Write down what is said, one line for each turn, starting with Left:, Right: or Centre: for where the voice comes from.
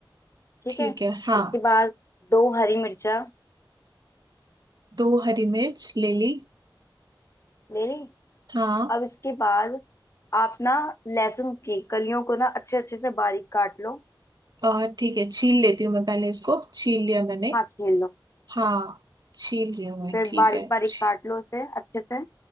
Left: ठीक
Right: ठीक
Left: है
Right: है हाँ
Left: उसके बाद दो हरी मिर्चा
Right: दो हरी मिर्च ले ली
Left: ले ली
Right: हाँ
Left: अब इसके बाद आप ना लहसुन की कलियों को ना अच्छे अच्छे से बारीक काट लो
Right: अ, ठीक है छील लेती हूँ मैं पहले इसको छील लिया मैंने
Left: हाँ छील लो
Right: हाँ छील रही हूँ मैं
Left: फिर
Right: ठीक
Left: बारीक
Right: है
Left: बारीक
Right: छी-
Left: काट लो इसे अच्छे से